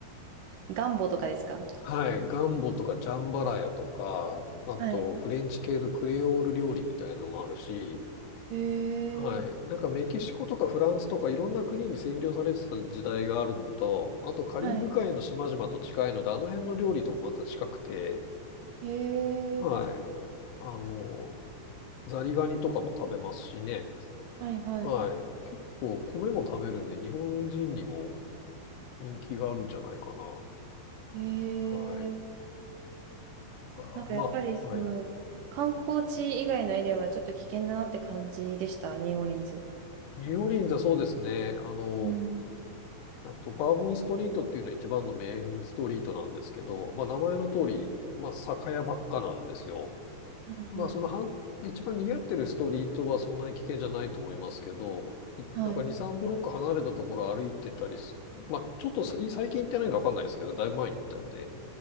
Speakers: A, on the right (about 85°); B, on the left (about 80°).
A: ガンボとかですか
B: はい。ガンボとかジャンバラヤとか、あと、
A: はい。
B: フレンチ系のクレオール料理みたいなのもあるし、
A: へ
B: はい。
A: え。
B: なんかメキシコとかフランスとかいろんな国に占領されてた時代があるのと、あとカリブ海の島々と近いので、
A: はい。
B: あの辺の料理ともまた近くて、
A: へえ。
B: はい。あの、ザリガニとかも食べますしね。
A: はいはい。
B: はい。結構米も食べるんで、日本人にも人気があるんじゃないかな。
A: へ
B: はい。
A: え。
B: だから、
A: なんかやっぱりその、
B: まあ、はい。
A: 観光地以外のエリアはちょっと危険だなって感じでした、ニューオーリンズ。
B: ニューオーリンズはそうですね。あの、
A: うん。
B: あと、バーボンストリートっていうのは一番のメインストリートなんですけど、まあ、名前の通り、まあ、酒屋ばっかなんですよ。
A: うんうん。
B: まあ、その半、一番賑わってるストリートはそんなに危険じゃないと思いますけど、いなんか2、
A: はい。
B: 3ブロック離れたところ歩いてたりす、まあ、ちょっとさ最近行ってないのわかんないですけど、だいぶ前に行ったんで、